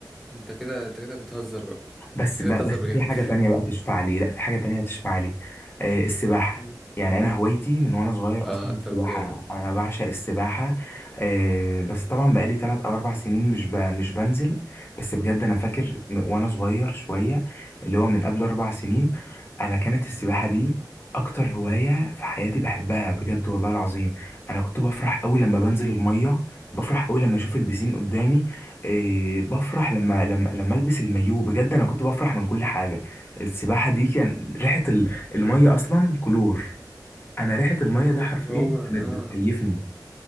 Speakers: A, in the centre; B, on the left (about 30°).
A: انت كده انت كده بتهزر بقى
B: بس
A: انت
B: بقى
A: كده بتهزر
B: بس
A: بجد
B: في حاجة تانية بقى تشفع لي لا في حاجة تانية تشفع لي آه السباحة
A: <laughs>
B: يعني أنا هوايتي من وأنا صغير
A: اه
B: أصلا السباحة
A: طب جامد
B: أنا بعشق السباحة آه بس طبعا بقالي تلات أو أربع سنين مش ب... مش بنزل بس بجد أنا فاكر م- وأنا صغير شوية اللي هو من قبل أربع سنين أنا كانت السباحة دي أكتر هواية في حياتي بحبها بجد والله العظيم أنا كنت بفرح أوي
A: مم.
B: لما بنزل المية بفرح أوي لما أشوف البسين قدامي إيه بفرح لما لما لما البس المايو بجد انا كنت بفرح من كل حاجه السباحه دي كان ريحه ال- الميه اصلا كلور انا ريحه الميه ده حرفيا
A: هو اه
B: كانت بتكيفني